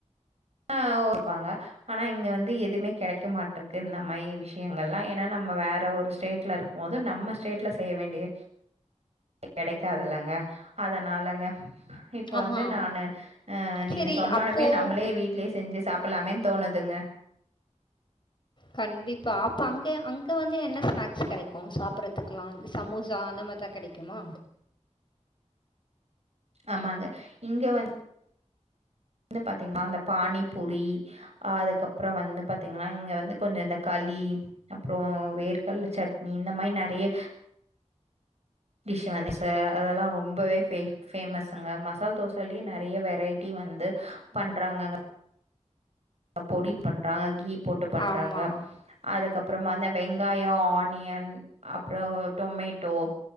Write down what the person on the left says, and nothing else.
ஆமாம்
சரி
அப்போது
கண்டிப்பா அப்ப அங்கே அங்க வந்து என்ன ஸ்நாக்ஸ் கெடைக்கு சாப்பிட்றதுக்குலா சமோசா அந்த மாரி தா கெடைக் கிமா
ஆமாம்